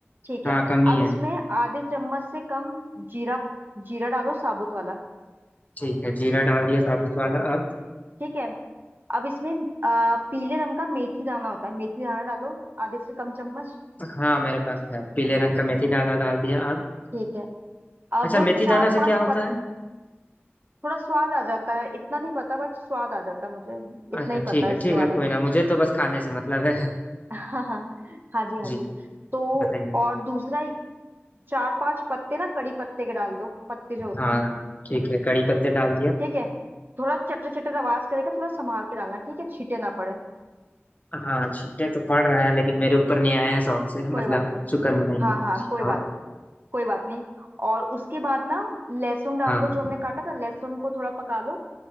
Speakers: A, on the right; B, on the left.
A: ठीक
B: हाँ
A: है
B: कमी
A: अब इसमें
B: है
A: आधे चम्मच से कम जीरा जीरा डालो साबुत वाला
B: ठीक है जीरा डाल दिया साबुत वाला अब
A: ठीक है अब इसमें आ, पीले रंग का मेथी दाना होता है मेथी दाना डालो आधे से कम चम्मच
B: हाँ मेरे पास है पीले रंग का मेथी डाला डाल दिया अब
A: ठीक है अब
B: अच्छा मेथी
A: चार
B: दाना से
A: पांच
B: क्या होता है
A: थोड़ा स्वाद आ जाता है इतना नहीं पता बट स्वाद आ जाता है मुझे इतना
B: अच्छा
A: ही
B: ठीक
A: पता है
B: है
A: इसके
B: ठीक
A: बारे
B: है कोई
A: में
B: ना मुझे तो बस खाने से मतलब है <laughs>
A: <laughs> हाँ हाँ हाँ जी हाँ
B: जी
A: जी तो
B: बताइए
A: और दूसरा चार पांच पत्ते ना कड़ी पत्ते के डाल दो पत्ते जो होते
B: हाँ
A: हैं
B: ठीक है कड़ी पत्ते डाल दिया
A: ठीक है थोड़ा चटर चटर आवाज करेगा थोड़ा संभाल के डालना ठीक है छींटे ना पड़े
B: हाँ छींटे तो पड़ रहा है लेकिन मेरे ऊपर नहीं आया है शौक से <laughs> मतलब
A: कोई बात नहीं
B: शुक्र मनाइए
A: हाँ हाँ
B: जी
A: कोई बात
B: और
A: कोई बात नहीं और उसके बाद ना लहसुन डाल
B: हाँ
A: दो जो हमने काटा था लहसुन को थोड़ा पका लो